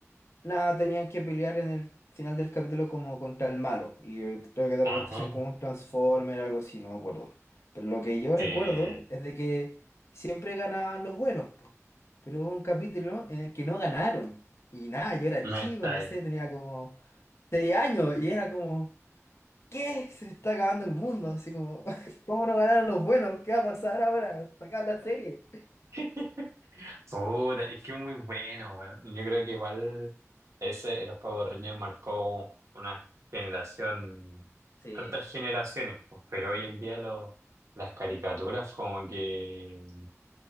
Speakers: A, on the left; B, on the right.
A: nada, tenían que pelear en el final del capítulo como contra el malo. Y eh, creo que de
B: Ajá.
A: repente hacían como un Transformer o algo así, no me acuerdo. Pero lo que yo
B: Sí.
A: recuerdo es de que siempre ganaban los buenos, po. Pero hubo un capítulo en el que no ganaron. Y nada, yo era
B: Me
A: chico,
B: está
A: no
B: ahí.
A: sé, tenía como seis años y era como, ¿qué? Se me está acabando el mundo, así como, <laughs> ¿cómo no ganaron los buenos? ¿Qué va a pasar ahora? Sacar la serie.
B: <laughs> Puta, es que es muy bueno, weón. Yo creo que igual ese de los Power Rangers marcó una generación,
A: Sí.
B: hartas generaciones, pues, pero hoy
A: Mm.
B: en día lo- las caricaturas como que...